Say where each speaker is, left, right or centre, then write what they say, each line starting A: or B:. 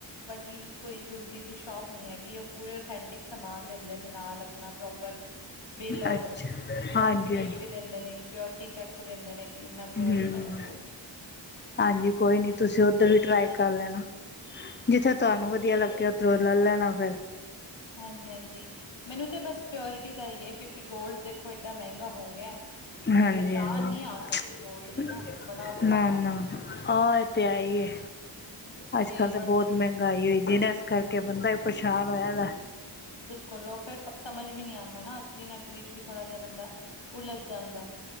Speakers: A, on the left (about 70°); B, on the left (about 25°).
A: ਵਰਗੀ, ਕੋਈ ਜੂੳਲਰੀ ਦੀ ਸ਼ੋਪ ਨੀ ਹੈਗੀ, ਉਹ ਪੂਰੇ ਓਥੈਂਟਿਕ ਸਮਾਨ ਦਿੰਦੇ ਨੇ, ਨਾਲ ਆਪਣਾ ਪ੍ਰੋਪਰ ਬਿੱਲ ਔਰ
B: ਅੱਛਾ,
A: ਸਰਟੀਫਿਕੇਟ
B: ਹਾਂਜੀ-ਹਾਂਜੀ।
A: ਵੀ ਦਿੰਦੇ ਨੇ ਕਿ ਪਿਓਰਟੀ ਚੈੱਕ ਦਿੰਦੇ ਨੇ ਕਿ ਇੰਨਾ ਪਿਓਰ
B: ਹਮ
A: ਇੱਕ ਤੁਹਾਡਾ ਗੋਲਡ ਹੈ।
B: ਹਾਂਜੀ ਕੋਈ ਨੀ ਤੁਸੀ ਉੱਧਰ ਵੀ ਟ੍ਰਾਈ ਕਰ ਲੈਣਾ। ਜਿੱਥੇ ਤੁਹਾਨੂੰ ਵਧੀਆ ਲੱਗੇ, ਉੱਧਰੋਂ ਲੈ ਲੈਣਾ ਫੇਰ।
A: ਹਾਂਜੀ-ਹਾਂਜੀ ਮੈਨੂੰ ਤਾਂ ਬਸ ਪਿਓਰਿਟੀ ਦਾ ਹੀ ਹੈ ਕਿਉਂਕਿ ਗੋਲਡ ਦੇਖੋ ਏਡਾ ਮੈਂਗਾ ਹੋ ਗਿਆ।
B: ਹਾਂਜੀ-ਹਾਂਜੀ
A: ਤੇ ਪਹਿਚਾਣ
B: ਚ
A: ਨੀ ਆ ਸਕਦੀ ਗੋਲਡ ਦੀ ਨਾ, ਬੜਾ ਔਖਾ
B: ਨਾ-ਨਾ,
A: ਕੰਮ ਏ।
B: ਔਰ। ਤੇ ਆਈਏ, ਅੱਜ
A: ਤੇ
B: ਕੱਲ ਤਾਂ
A: ਟਵੰ
B: ਬੌਤ ਮਹਿੰਗਾਈ ਹੋਈ ਦੀ ਨਾ, ਇਸ ਕਰਕੇ ਬੰਦਾ ਵੀ ਪਰੇਸ਼ਾਨ ਹੋਇਆ ਵਾ।
A: ਬਿਲਕੁਲ, ਉਹ ਫਿਰ ਸਮਝ ਵੀ ਨੀ ਆਂਦਾ ਨਾ, ਅਸਲੀ-ਨਕਲੀ ਚ ਵੀ ਥੋੜਾ ਜਿਹਾ ਬੰਦਾ ਉਲਝ ਜਾਂਦਾ।